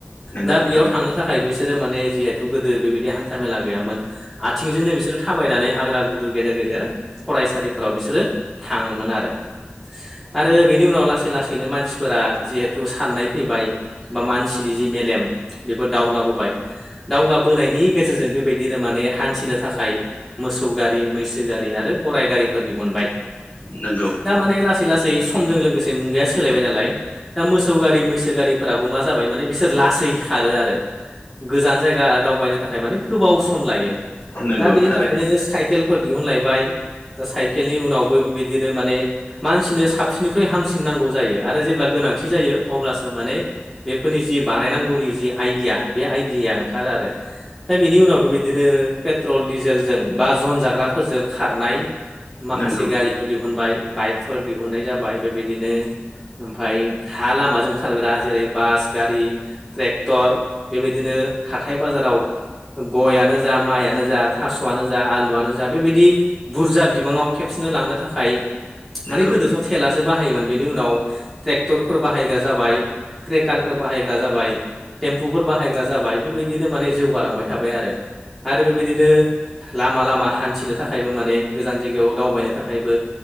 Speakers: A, on the left; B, in the centre.
A: नंगौ
B: दा बेयाव
A: थारैनो
B: थांनो थाखाय बिसोरो माने जिहेथु गोदो बेबायदि हान्था मेला गैयामोन आथिंजोंनो बिसोरो थाबायनानै हाग्रा गुदु गेजेर गेजेर फरायसालिफोराव बिसोरो थाङोमोन आरो। आरो बेनि उनाव लासै लासैनो मानसिफोरा जिहेथु साननाय फैबाय बा मानसि नि जि मेलेम बेबो दावगाबोबाय। दावगाबोनायनि गेजेरजों बेबायदिनो माने हान्थिनो थाखाय मोसौ गारि, मैसो गारि आरो गराइ गारिफोर दिहुनबाय।
A: नंगौ
B: दा माने लासै लासै समजों लोगोसे मुगाया सोलायबाय नालाय दा मोसौ गारि मैसो गारिफोराबो मा जाबाय माने बिसोर लासै खारो आरो गोजान जायगा दावबायनो थाखाय माने गोबाव सम लायो।
A: नंगौ
B: दा बेनि
A: थारैनो
B: थाखायनो साइकेलफोर दिहुनलायबाय दा साइकेलनि उनावबो बेबायदिनो माने मानसिनो साबसिननिख्रुइ हामसिनांगौ जायो आरो जेब्ला गोनांथि जायो अब्लासो माने बेफोरनि जि बानायनांगौनि जि आइडिया बे आइडियाया ओंखारो आरो। दा बेनि उनाव बेबायदिनो पेट्रल, डिजेलजों बा जन जाग्राफोरजों खारनाय माखासे
A: नंगौ
B: गारि बो दिहुनबाय बाइकफोर दिहुननाय जाबाय। बेबायदिनो ओमफाय हा लामाजों खारग्रा जेरै बास, गारि, ट्रेक्टर बेबायदिनो हाथाय बाजाराव गयआनो जा माइनो जा थास'आनो जा आलुआनो जा बेबायदि बुरजा बिबाङाव खेबसेनो लांनो थाखाय
A: नंगौ
B: माने गोदोथ' तेलासो बाहायोमोन बेनि उनाव ट्रेक्टरफोर बाहायग्रा जाबाय ट्रेकार फोर बाहायग्रा जाबाय, टेम्पुफोर बाहायग्रा जाबाय, बेबायदिनो माने जौगालांबाय थाबाय आरो। आरो बेबायदिनो लामा लामा हान्थिनो थाखायबो माने गोजान जायगायाव दावबायनो थाखायबो